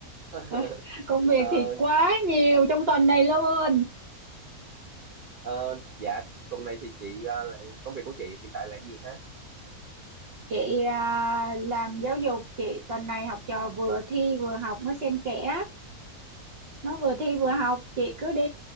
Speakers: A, on the right; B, on the right.
A: <laughs>
B: <laughs> công việc
A: Ờ,
B: thì quá nhiều trong tuần này luôn.
A: ờ, dạ tuần này thì chị ờ, là- công việc của chị hiện tại là gì
B: Chị à, làm giáo dục, chị tuần này học trò vừa thi vừa học nó xen kẽ. Nó vừa thi vừa học, chị cứ đi